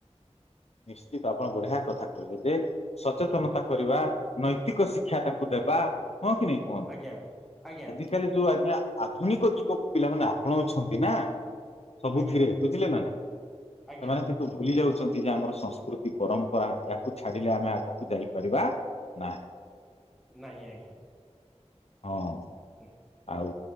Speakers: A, on the left; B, in the centre.
A: ନିଶ୍ଚିତ ଆପଣ ବଢିଆ କଥା କହିଲେ ଯେ ସଚେତନତା କରିବା ନୈତିକ ଶିକ୍ଷା ତାଙ୍କୁ ଦେବା ହଁ କି ନାଇଁ
B: ଆଜ୍ଞା ଆଜ୍ଞା।
A: ଆଜି କାଲି ଯୋଉ ଆଜ୍ଞା ଆଧୁନିକ ଯୁଗ କୁ ପିଲାମାନେ ଆପଣଉଛନ୍ତି ନା ସବୁଥିରେ
B: ଆଜ୍ଞା
A: ବୁଝିଲେ ନା
B: ଆଜ୍ଞା
A: ସେମାନେ କିନ୍ତୁ ଭୁଲି ଯାଉଛନ୍ତି ଯେ ଆମର ସଂସ୍କୃତି ପରମ୍ପରା ୟାକୁ ଛାଡିଲେ ଆମେ ଆଗକୁ ଯାଇପାରିବା ନାହିଁ।
B: ନାହିଁ ଆଜ୍ଞା।
A: ହଁ।
B: ହୁଁ।
A: ଆଉ